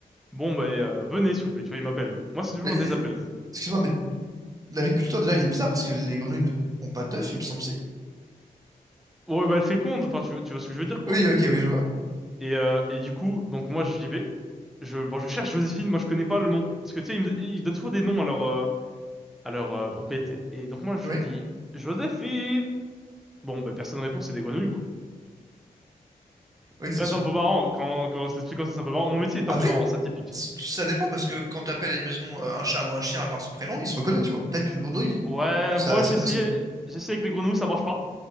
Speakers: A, in the centre; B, on the right.
A: Bon bah euh, venez s'il vous plaît, tu vois, il m'appelle. Moi c'est toujours
B: Mais
A: des appels.
B: excuse-moi, mais L'agriculteur, déjà, il est bizarre parce que les grenouilles ne pondent pas d'œufs, il me semble si.
A: Ouais bah elle féconde, enfin tu, tu vois ce que je veux dire quoi.
B: Oui, ok, oui, je vois.
A: Et euh, et du coup donc moi j'y vais, je bon je cherche Joséphine, moi je connais pas le nom parce que tu sais ils me, ils donnent toujours des noms à leur euh, à leur euh, propriété. Et donc moi je
B: Oui,
A: dis Joséphine. Bon bah personne ne répond, c'est des grenouilles quoi.
B: oui, c'est
A: Tu vois,
B: sûr.
A: c'est un peu marrant. Quand, quand on se l'explique comme ça, c'est un peu marrant. Mon métier est
B: Après,
A: un peu marrant, c'est atypique.
B: c- ça dépend parce que quand t'appelles, imaginons, euh, un chat ou un chien à part son prénom, il se reconnaît, tu vois. Peut-être qu'une grenouille,
A: Ouais,
B: ça,
A: moi, j'ai
B: c'est possible.
A: essayé, j'ai essayé avec les grenouilles, ça marche pas.